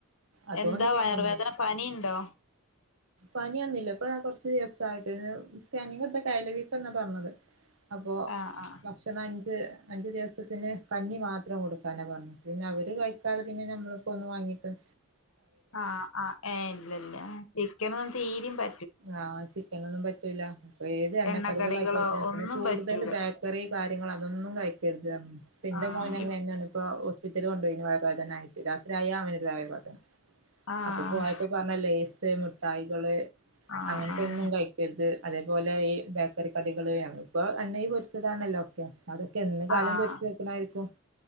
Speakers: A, on the right; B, on the left.
A: അതുകൊണ്ട്
B: എന്താ
A: പിന്നെ
B: വയറ്
A: ഒന്നും
B: വേദന പനിണ്ടോ
A: പനിയൊന്നില്ല ഇപ്പൊ കൊറച്ച് ദിവസായിട്ട് സ്കാനിങെടുത്ത കയല് വീക്കന്നാ പറഞ്ഞത് അപ്പൊ
B: ആഹ് ആഹ്
A: ഭക്ഷണം അ ഞ്ച് അഞ്ച്ദിവസത്തിന് കഞ്ഞി മാത്രം കൊടുക്കാന പറഞ്ഞെ പിന്നവര് കയിക്കാതെ പിന്നെ ഞമ്മളിപ്പോ ഒന്നു വാങ്ങിട്ടും
B: ആ ആ ഏയ് ഇല്ലില്ല ചി ക്കനൊന്നും തീരീം പ
A: ആ ചിക്കൻ ഒന്നും പറ്റൂ ല്ല ഏത് എണ്ണക്കടികള്
B: എണ്ണക്കടികളോ
A: ആയിക്കോട്ടെ
B: ഒന്നും
A: പിന്നെ കൂടുതൽ
B: പറ്റൂല
A: ബേക്കറി കാ ര്യങ്ങളോ അതൊന്നും കഴി ക്കരുതറഞ്ഞ്ണ് ഇപ്പം ഇന്റെ
B: ആഹ്
A: മോനെന്നെയാണ്
B: ഇ
A: ഇപ്പം ഹോ സ്പിറ്റലിൽ കൊണ്ടുപോയിണ് വയറു വേദനായിട്ട് രാത്രിയായ അവന്
B: ആഹ്
A: അപ്പൊ പോയപ്പോ പറഞ്ഞ് ലെയ്സ് മിഠായികള്
B: ആഹ്
A: അങ്ങനത്തെ
B: ആഹ്
A: ഒന്നും കഴിക്കരുത് അതേപോലെ ഈ ബേക്കറി കടികള് ഞങ്ങപ്പോ എണ്ണയി പൊരിച്ചതാണല്ലോ ഓക്കെ അതൊക്കെ എന്ന് കാലം
B: ആഹ് ആഹ്
A: പൊരിച്ചു വെക്കണായിരിക്കും